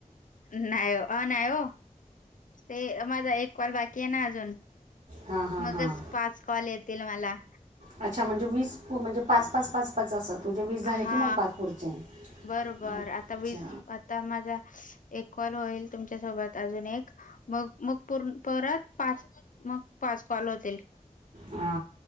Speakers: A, on the left; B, on the right.
A: नाही अ नाही ओ ते माझा एक कॉल बाकी आहे ना अजून.
B: हां हां
A: मगच
B: हां
A: पाच कॉल येतील मला.
B: अच्छा म्हणजे वीस म्हणजे पाच पाच पाच पाच असं तुमजे वीस झाले
A: हा
B: की मग पाच पुढचे?
A: बरोबर
B: अच्छा
A: आता विस आता माझा एक कॉल होईल तुमच्यासोबत अजून एक मग मग परत पाच मग पाच कॉल होतील.
B: हा